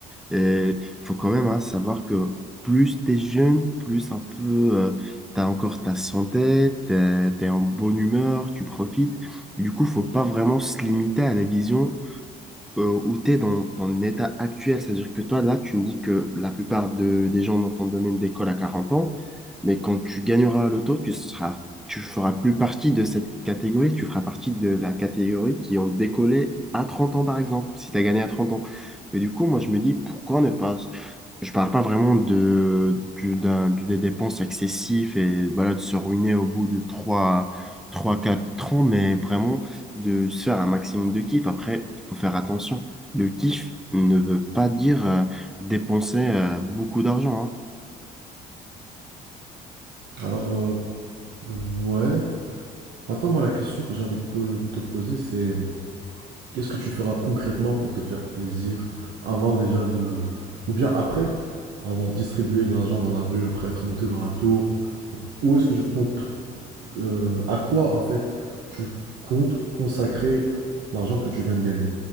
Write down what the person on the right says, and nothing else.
Alors, euh, ouais, Maintenant, moi, la question que j'ai envie de po- te poser, c'est qu'est-ce que tu feras concrètement pour te faire plaisir avant déjà de, ou bien après avoir distribué de l'argent dans la rue, après être monté dans la tour? Genre, où est-ce que je compte, euh, à quoi en fait tu comptes consacrer l'argent que tu viens de gagner?